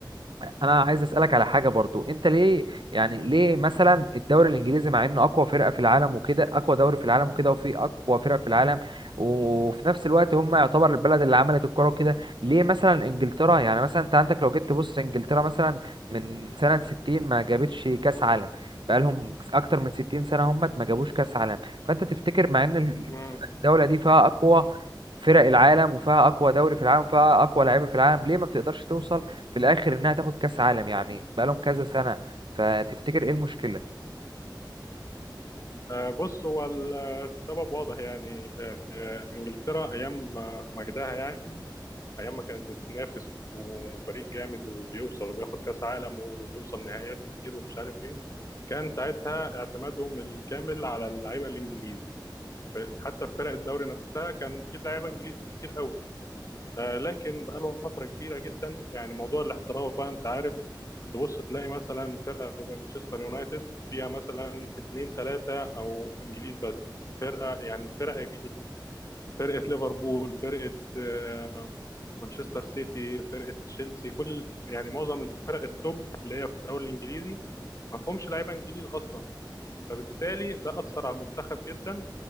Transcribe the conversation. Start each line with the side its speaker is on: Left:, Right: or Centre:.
Right: انا عايز اسالك على حاجه برضو انت ليه يعني ليه
Left: مم.
Right: مثلا الدوري الانجليزي مع انه اقوى فرقه في العالم وكده اقوى دوري في العالم وكده وفي اقوى فرق في العالم وفي نفس الوقت هم يعتبر البلد اللي عملت الكوره وكده ليه مثلا انجلترا يعني مثلا انت عندك لو جيت تبص انجلترا مثلا من سنه 60 ما جابتش كاس عالم بقالهم اكتر من 60 سنه هم ما جابوش كاس عالم فانت تفتكر مع ان
Left: مم.
Right: الدوله دي فيها اقوى فرق العالم وفيها اقوى دوري في العالم وفيها اقوى لعيبه في العالم ليه ما بتقدرش توصل في الاخر انها تاخد كاس عالم يعني بقالهم كذا سنه فتفتكر ايه المشكله
Left: آه، بص هو ال- السبب واضح يعني آه، انجلترا ايام ما- مجدها يعني ايام ما كانت بتنافس وفريق جامد وبيوصل وبياخد كاس عالم وبيوصل نهائيات كتير ومش عارف ايه كان ساعتها اعتمادهم الكامل على اللعيبه الانجليز ف- حتى في فرق الدوري نفسها كان في لعيبه انجليز كتير قوي آه، لكن بقالهم فتره كبيره جدا يعني موضوع الاحتراف بقى انت عارف تبص تلاقي مثلا فرقه زي مانشستر يونايتد فيها مثلا اثنين ثلاثه او انجليز بس فرقه يعني الفرقه فرقه ليفربول فرقه آه، مانشستر سيتي فرقه تشيلسي كل ال- يعني معظم الفرق التوب اللي هي في الدوري الانجليزي ما فيهمش لعيبه انجليز اصلا فبالتالي ده اثر على المنتخب جدا